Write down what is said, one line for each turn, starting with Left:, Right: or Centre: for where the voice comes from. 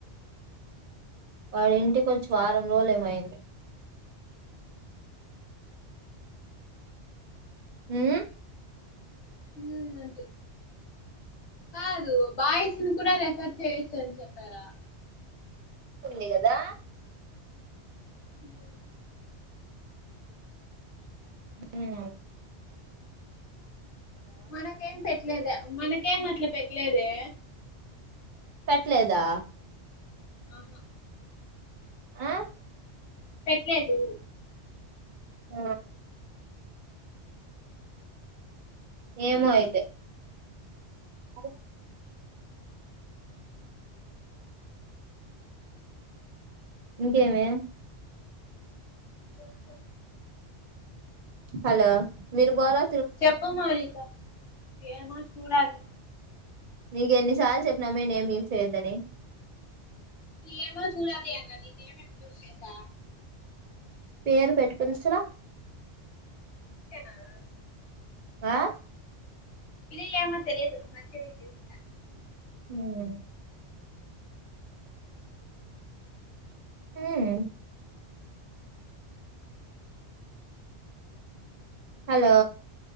Right: వాడి ఇంటికి వచ్చి వారం రోజులు ఏమో అయింది ఉమ్
Left: ఉమ్ అంటి కాదు బాయ్స్ ను కూడా రెఫర్ చేయొచ్చ అని చెప్పారా
Right: ఉంది కదా
Left: ఉమ్
Right: ఉమ్
Left: మనకేం పెట్ లేదా మనకేం అట్లా పెట్టలేదే
Right: పెట్టలేదా
Left: ఆహా
Right: ఆ
Left: పెట్టలేదు
Right: ఆ ఏమో అయితే అద ఇంకేమి
Left: చెప్పు
Right: హలో మీరు పోలే
Left: చెప్పు మాలిక ఏమో చూడాలి
Right: నీకు ఎన్నిసార్లు చెప్పినామే నేమ్ యూస్ చేయద్దని
Left: ఏమో చూడాలి అన్న నేమ్ ఎప్పుడూ యూస్ చేశా
Right: పేరు పెట్టి పిలచలా
Left: ఇంతేనా
Right: ఆ
Left: <unintelligible> ఏమో తెలిదు మంచిగ <unintelligible>
Right: ఉమ్ ఉమ్ హలో